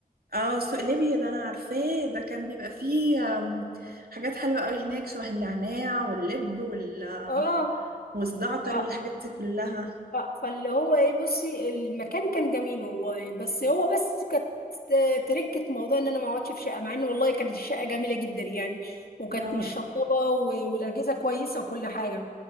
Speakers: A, on the right; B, on the left.
A: اه سوق ليبيا ده أنا عارفاه ده كان بيبقى فيه آم، حاجات حلوة قوي هناك شبه النعناع واللب وال...
B: اه
A: والزعتر
B: ف...
A: والحاجات دي كلها
B: ف... فاللي هو ايه بصي المكان كان جميل والله بس هو بس كانت تركة موضوع ان انا ما اقعدش في شقه مع ان والله كانت الشقه جميله جدا يعني وكانت
A: اه
B: مشطبه و- والاجهزه كويسه وكل حاجه